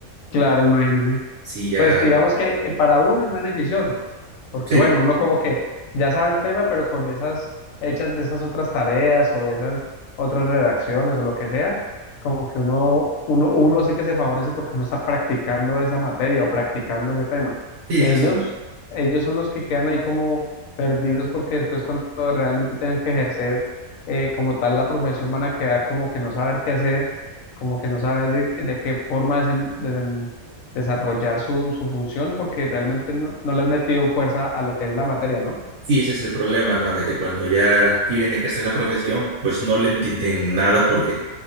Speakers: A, on the left; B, on the right.
A: claro, imagínense.
B: Sí, ya,
A: Pues digamos que eh, para uno es beneficioso, porque
B: sí,
A: bueno, uno como que ya sabe el tema, pero con esas hechas de esas otras tareas o de esas otras redacciones o lo que sea, como que uno, uno, uno es el que se favorece porque uno está practicando esa materia o practicando ese tema.
B: sí,
A: Ellos,
B: ese es un-
A: ellos son los que quedan ahí como perdidos porque después cuando realmente tengan que ejercer eh, como tal la profesión van a quedar como que no saber qué hacer, como que no saber de, de qué forma desen- desenvolverse desarrollar su, su función porque realmente no, no le has metido fuerza a lo que es la materia, ¿no?
B: sí, ese es el problema, ¿no? De que cuando ya quieren ejercer la profesión, pues no le entienden nada porque,